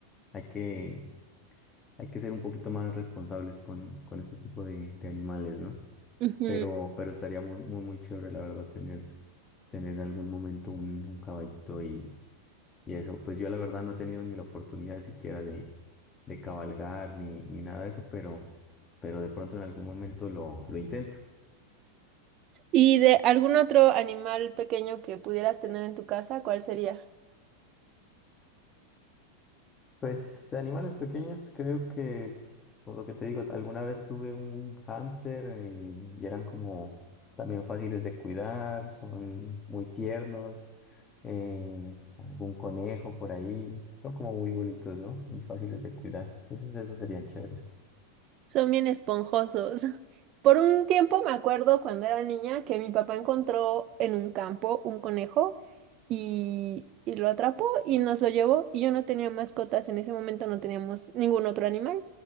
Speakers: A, on the left; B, on the right.
A: Hay que, hay que ser un poquito más responsables con, con este tipo de, de animales, ¿no?
B: Ujú.
A: Pero, pero estaría muy, muy, muy chévere, la verdad, tener, tener algún momento un, un caballito y, y eso. Pues yo, la verdad, no he tenido ni la oportunidad siquiera de, de cabalgar ni, ni nada de eso, pero, pero de pronto en algún momento lo, lo intento.
B: ¿Y de algún otro animal pequeño que pudieras tener en tu casa, cuál sería?
A: Pues de animales pequeños, creo que, por lo que te digo, alguna vez tuve un hámster y, y eran como también fáciles de cuidar, son muy tiernos, eh, algún conejo por ahí, son como muy bonitos, ¿no? Y fáciles de cuidar, entonces esos serían chéveres.
B: Son bien esponjosos. <laughs> Por un tiempo me acuerdo cuando era niña que mi papá encontró en un campo un conejo y, y lo atrapó y nos lo llevó y yo no tenía mascotas, en ese momento no teníamos ningún otro animal